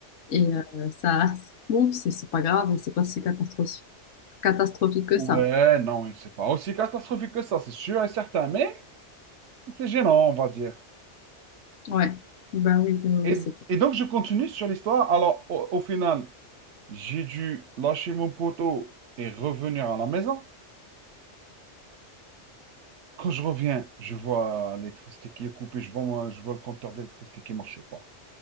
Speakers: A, on the left (about 85°); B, on the right (about 70°).
A: Et euh, ça, bon, c'est c'est pas grave, c'est pas si catastrophique, catastrophique que
B: Ouais,
A: ça.
B: non, mais c'est pas aussi catastrophique que ça, c'est sûr et certain, mais c'est gênant, on va dire.
A: Ouais. Ben oui, ben oui,
B: Et,
A: oui, c'est tout.
B: et donc, je continue sur l'histoire. Alors, au, au final, J'ai dû lâcher mon poteau et revenir à la maison. Quand je reviens, je vois l'électricité qui est coupée, je vois, moi, je vois le compteur d'électricité qui ne marche pas.